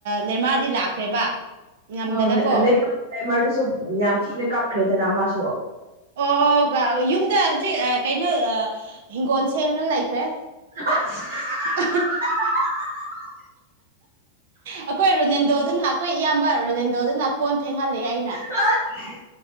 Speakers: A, on the right (about 55°); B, on the right (about 70°).
A: ꯅꯤꯔꯃꯥꯔꯗꯤ ꯂꯥꯛꯈ꯭ꯔꯦꯕ ꯉꯝꯗꯅꯀꯣ
B: ꯍ ꯅꯃꯔꯗꯨꯁꯨ ꯌꯥꯝ ꯊꯤꯅ ꯀꯞꯈ꯭ꯔꯦꯗꯅ ꯃꯥꯁꯨ
A: ꯑꯣ ꯑꯣ ꯌꯨꯝꯗ ꯍꯧꯖꯤꯛ ꯀꯩꯅꯣ ꯍꯤꯡꯒꯣꯜ ꯁꯦꯡꯅ ꯂꯩꯈ꯭ꯔꯦ
B: ꯑꯁ
A: <unintelligible> ꯑꯩꯈꯣꯏ ꯔꯣꯅꯜꯗꯣꯗꯨꯅ ꯑꯩꯈꯣꯏ ꯏꯌꯥꯝꯕ ꯔꯣꯅꯜꯗꯣꯗꯨꯅ ꯀꯣꯟ ꯐꯦꯡꯍꯜꯂꯤ ꯑꯩꯅ
B: ꯑ